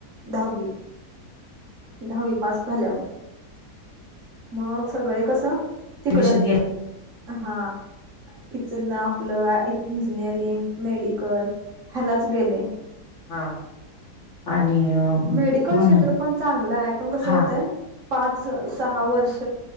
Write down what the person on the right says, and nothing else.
दहावी. दहावी पास झाल्यावर मग सगळे कसं. तिकडच
हा इच ना आपलं इच इंजिनिअरिंग मेडिकल ह्यलाच गेले.
मेडिकल
क्षेत्र पण चांगलं हाय पण कसं
होतय पाच सहा वर्ष.